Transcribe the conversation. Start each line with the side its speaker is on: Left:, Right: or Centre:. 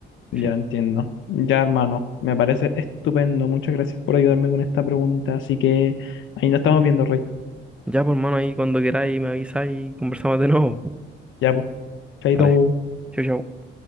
Left: Ya
Centre: Sí.
Left: entiendo. Ya, hermano, me parece estupendo. Muchas gracias por ayudarme con esta pregunta. Así que ahí nos estamos viendo, Rey.
Centre: Ya, por mano, ahí cuando queráis me avisáis y conversamos de nuevo.
Left: Ya, pues. Chaito.
Centre: Vale. Chau, chau.